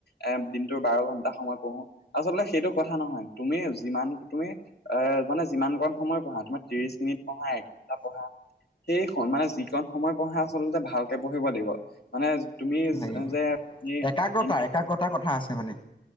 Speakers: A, on the left; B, on the left.
A: এ দিনটোৰ বাৰ ঘন্টা সময় পঢ়ো, আচলতে সেইটো কথা নহয় তুমি যিমান তুমি এ মানে যিমান কণ সময় পঢ়া তোমাৰ ত্ৰিশ মিনিট পঢ়া এঘণ্টা পঢ়া সেই মানে যিকণ সময় পঢ়া আচলতে ভালকে পঢ়িব লাগিব। মানে তুমি
B: লাগিব।
A: যে
B: একাগ্ৰতা,
A: তুমি
B: একাগ্ৰতাৰ কথা আছে মানে।